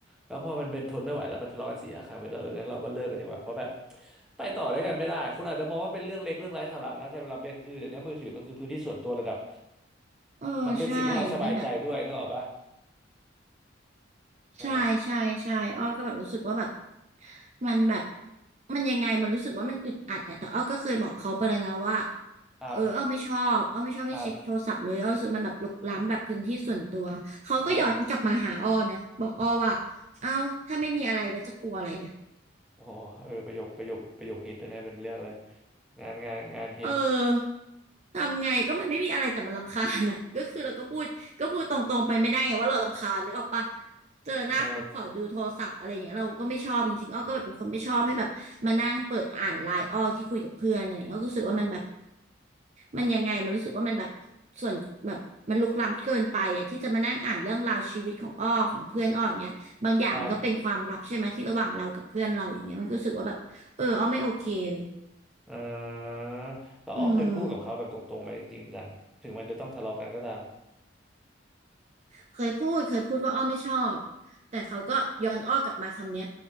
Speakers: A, in the centre; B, on the right.
A: แล้วพอมันเป็นทนไม่ไหวแล้วมันทะเลาะกันสี่ห้าครั้งมันก็เอองั้นเราก็เลิกกันดีกว่าเพราะแบบไปต่อด้วยกันไม่ได้คุณอาจจะมองว่าเป็นเรื่องเล็กเรื่องไร้สาระนะแต่สำหรับเบนคือเดี๋ยวนี้มือถือมันคือพื้นที่ส่วนตัวระดับ
B: เออใช่เป็นแบบ
A: มันเป็นสิ่งให้เราสบายใจด้วยนึกออกปะใช่
B: ใช่ใช่ใช่อ้อก็แบบรู้สึกว่าแบบมันแบบมันยังไงมันรู้สึกว่ามันอึดอัดแต่แต่อ้อก็เคยบอกเขาไปเลยนะว่า
A: ครับ
B: เอออ้อไม่ชอบอ้อไม่ชอบให้เช็คโทรศัพท์เลยอ้อรู้สึกมันแบบรุกล้ำแบบพื้นที่ส่วนตัวเขาก็ย้อนกลับมาหาอ้อนะบอกอ้อว่า
A: ครับครับ
B: เอ้าถ้าไม่มีอะไรแล้วจะกลัวอะไรอะ
A: โอ้โหเออประโยคประโยคประโยคฮิตเลยนะเป็นเรื่องเลยงานงานงานฮิต
B: เออทำไงก็มันไม่มีอะไรแต่มันรำคาญอ่ะ <laughs> ก็คือเราก็พูดก็พูดตรงๆไปไม่ได้ไงว่าเรารำคาญนึกออกปะเจอหน้าปุ๊บขอดูโทรศัพท์อะไรอย่างเงี้ยเราก็ไม่ชอบจริงๆอ้อก็แบบเป็นคนไม่ชอบให้แบบมานั่งเปิดอ่านไลน์อ้อที่คุยกับเพื่อนอะไรอย่างเงี้ยอ้อก็รู้สึกว่ามันแบบ
A: เออ
B: มันยังไงมันรู้สึกว่ามันแบบส่วนแบบมันลุกล้ำเกินไปอ่ะที่จะมานั่งอ่านเรื่องราวชีวิตของอ้อของเพื่อนอ้ออย่างเงี้ยบางอย่างมันก็เป็นความลับใช่ไหมที่ระหว่างเรากับเพื่อนเราอย่างเงี้ยมันก็รู้สึกว่าแบบเอออ้อไม่โอเคเลย
A: ครับ อ่าแล้วอ้อเคยพูดกับเขาแบบตรงๆไหมจริงๆจังถึงมันจะต้องทะเลาะกันก็ตาม
B: อืม เคยพูดเคยพูดว่าอ้อไม่ชอบแต่เขาก็ย้อนอ้อกลับมาคำเนี้ย